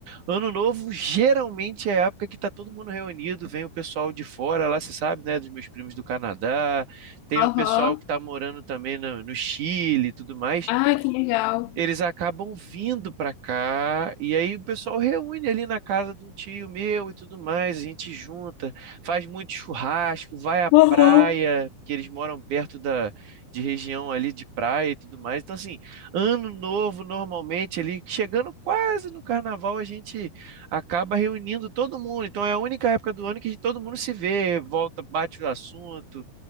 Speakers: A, on the right (about 55°); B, on the left (about 80°).
A: Ano novo geralmente é a época que tá todo mundo reunido, vem o pessoal de fora lá, você sabe, né, dos meus primos do Canadá, tem
B: Aham.
A: o pessoal que tá morando também no, no Chile e tudo mais
B: Ah, que legal.
A: eles acabam vindo para cá e aí o pessoal reúne ali na casa de um tio meu e tudo mais, a gente junta, faz muito churrasco, vai à
B: Aham.
A: praia, porque eles moram perto da de região ali de praia e tudo mais. Então assim, ano novo normalmente ali chegando quase no carnaval a gente acaba reunindo todo mundo. Então é a única época do ano que todo mundo se vê, volta, bate o assunto,